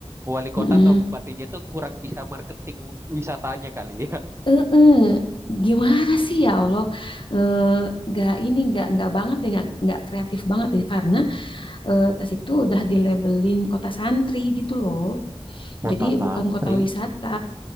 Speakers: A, on the right; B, on the left.
A: wali kota
B: Mm-mm.
A: atau bupatinya tuh kurang bisa marketing wisatanya kali ya
B: eh Gimana sih ya Allah, Eh, nggak ini nggak nggak banget deh, nggak nggak kreatif banget deh karena eh, tas itu udah dilabelin kota santri gitu loh.
A: <laughs> kota
B: Jadi
A: santri
B: bukan kota wisata.